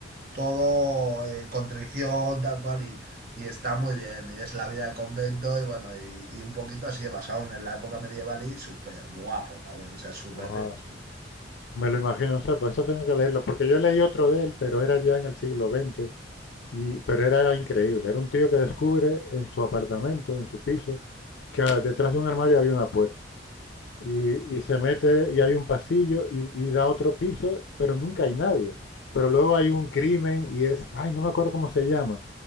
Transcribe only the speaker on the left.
Guau.
Me lo imagino, o sea, por eso tengo que leerlo, porque yo leí otro de él, pero era ya en el siglo XX, y, pero era increíble. Era un tío que descubre en su apartamento, en su piso, que ah, detrás de un armario había una puerta. Y, y se mete y hay un pasillo y, y da otro piso, pero nunca hay nadie. Pero luego hay un crimen y es, ay, no me acuerdo cómo se llama,